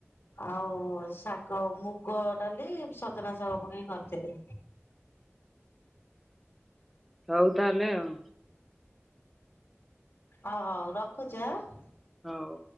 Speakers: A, on the left (about 60°); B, in the centre.
A: ଆଉଁ ଶାଗମୁଗ ଡାଲି ସଜନା ଶାଗ ପକେଇ କରିଥିଲି।
B: ହଉ ତାହେଲେ ଆଉ।
A: ଓଁ ହଉ ରଖୁଛି ଆଁ।
B: ହଉ।